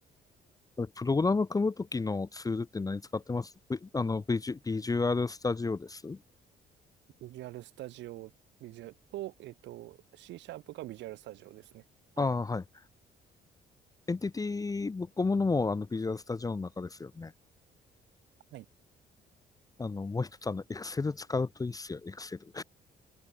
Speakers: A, on the left; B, on the right.
A: プログラム組むときのツールって何使ってます v、あの、ビジュ、ビジュアルスタジオです。
B: ビジュアルスタジオ、ビジュアルと、えっと、C シャープがビジュアルスタジオですね。はい。
A: ああ、はい。エンティティぶっ込むのも、あの、ビジュアルスタジオの中ですよね。
B: はい。
A: あの、もう一つ、あの、Excel 使うといいっすよ、Excel。